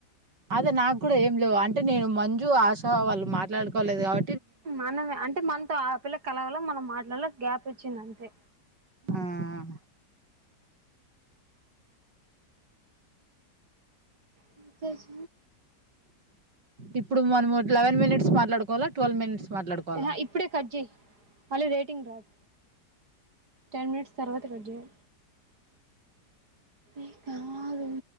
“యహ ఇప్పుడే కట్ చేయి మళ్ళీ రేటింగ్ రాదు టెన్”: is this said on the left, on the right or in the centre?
Right